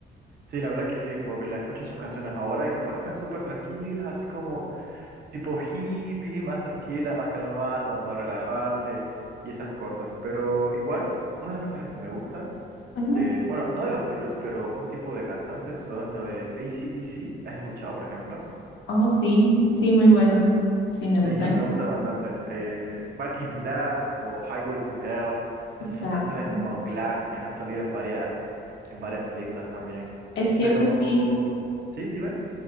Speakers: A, on the right; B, on the left.
A: Sí, la verdad que sí, porque la escucho sus canciones ahora y me parecen súper tranquilas, así como tipo hippie, más tranquilas, más calmadas, como para relajarse y esas cosas. Pero igual, una de las canciones que me gusta
B: Ajá.
A: de, bueno, no de los Beatles, pero un tipo de cantantes son de AC/DC, ¿has escuchado, por ejemplo?
B: Oh, sí, sí, sí, muy buenos. Sí, me
A: De
B: gustan.
A: AC me gusta bastante. eh, Back in Black o Highway to Hell, esas
B: Exacto.
A: son canciones como clásicas, han salido en varias, en varias películas también.
B: Es cierto,
A: Pero,
B: sí.
A: sí, dime.